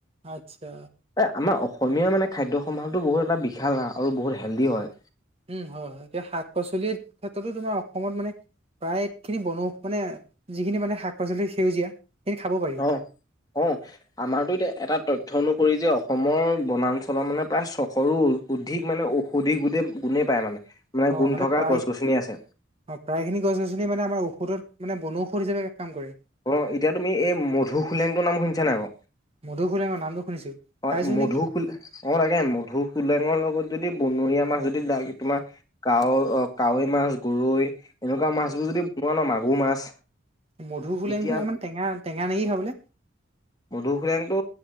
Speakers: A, on the right; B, on the left.
A: আচ্ছা।
B: এ আমাৰ অসমীয়া মানে খাদ্য সম্ভাৰটো বহুত এটা বিশাল আ আৰু বহুত হেল্ডি হয়।
A: উম হয় হয় এতিয়া শাক পাচলিৰ ক্ষেত্ৰতো তোমাৰ অসমত মানে। প্ৰায়খিনি বন ঔষধ মানে যিখিনি মানে শাক পাচলি সেউজীয়া সেইখিনি খাব পাৰি।
B: অও, আমাৰতো এতিয়া এটা তথ্য অনুসৰি যে অসমৰ বনাঞ্চলৰ মানে প্ৰায় চশৰো। অধিক মানে ঔষধি গোটেই গুণেই পায় মানে।
A: অ
B: গুণ
A: মানে
B: থকা
A: প্ৰায়।
B: গছ গছনি আছে
A: অঁ প্ৰায়খিনি গছ গছনি মানে আমাৰ ঔষধত মানে বনঔষধ হিচাপে এক কাম কৰে।
B: অঁ এতিয়া তুমি এই মধু হোলেংটোৰ নাম শুনিছা নাই বাও।
A: মধুসোলেঙৰ নামটো শুনিছো
B: অ
A: খাইছো
B: মধু
A: নেকি
B: হোলে, অ লাগে মধু হোলেংৰ লগত যদি বনৰীয়া মাছ যদি লাগে তোমাৰ, কাৱৈ অ কাৱৈ মাছ গৰৈ এনেকুৱা মাছবোৰ যদি বনোৱা ন মাগুৰ মাছ।
A: মধু হোলেংটো
B: তেতিয়া
A: অকমান টেঙা টেঙাে নেকি খাবলে।
B: মধুশোলেংটো